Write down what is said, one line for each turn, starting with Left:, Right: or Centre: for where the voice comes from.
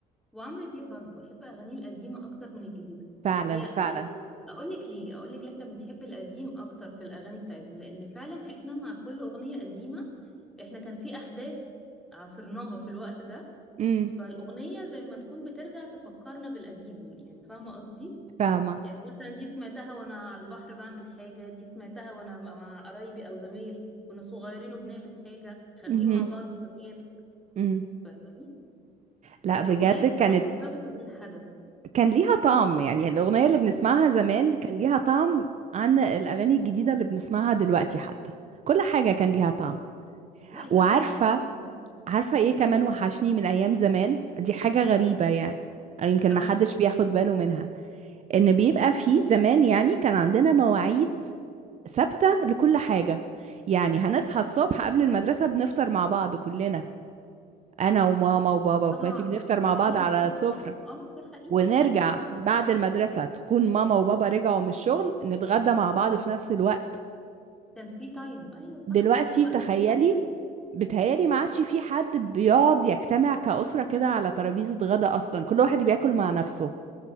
Centre: وعمرو دياب برضو بحب اغانيه القديمه اكتر من الجديده
Right: فعلا
Centre: هي
Right: فعلا
Centre: فعلا اقول لك ليه اقول لك ليه احنا بنحب القديم اكتر في الاغاني بتاعتهم لان فعلا احنا مع كل اغنيه قديمه احنا كان في احداث عاصرناها في الوقت ده
Right: امم
Centre: فالأغنية زي ما تكون بترجع تفكرنا بالقديم يعني فاهمة قصدي؟
Right: فاهمة
Centre: يعني مثلا دي سمعتها وأنا على البحر بعمل حاجة دي سمعتها وأنا مع مع قرايبي أو زمايل كنا صغيرين وبنعمل حاجة خارجين
Right: امم
Centre: مع بعض في مكان
Right: امم
Centre: فاهماني؟
Right: لا
Centre: فالأغنية
Right: بجد
Centre: بتبقى
Right: كانت
Centre: مرتبطة بالحدث
Right: كان ليها طعم يعني الأغنية اللي بنسمعها زمان كان ليها طعم عن الأغاني الجديدة اللي بنسمعها دلوقتي حتى كل حاجة كان ليها طعم
Centre: لا الأغاني
Right: وعارفة
Centre: اه طبعا
Right: عارفة ايه كمان وحشني من أيام زمان دي حاجة غريبة يعني أو يمكن
Centre: اه
Right: ما حدش بياخد باله منها إن بيبقى في زمان يعني كان عندنا مواعيد ثابتة لكل حاجة يعني هنصحى الصبح قبل المدرسة بنفطر مع بعض كلنا انا وماما وبابا واخواتي
Centre: طبعا
Right: بنفطر مع
Centre: العيلة
Right: بعض على
Centre: كلها
Right: السفرة
Centre: اه اه ده حقيقي
Right: ونرجع
Centre: أيوه اه
Right: بعد المدرسة تكون ماما وبابا رجعوا من الشغل نتغدى مع بعض في نفس الوقت
Centre: كان في تايم أيوه صح
Right: دلوقتي
Centre: كان في وقت
Right: تخيلي
Centre: محدد
Right: بتهيالي ما عادش في حد بيقعد يجتمع كأسرة كده على ترابيزة غدا أصلا كل واحد بياكل مع نفسه